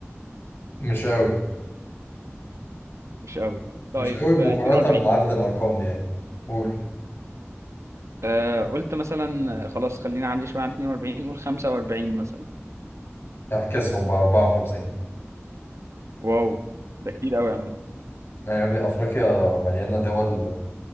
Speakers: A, on the left; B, on the right.
A: مش قوي
B: مش قوي طيب
A: مش قوي مقارنة
B: آه، 42
A: بعدد الأرقام دي يعني قول
B: آه قلت مثلا آه، خلاص خلينا اعلي شويه عن 42 قول 45 مثلا
A: اعكسهم ب 54
B: واو ده كتير قوي يا عم
A: يعني يا ابني أفريقيا مليانة دول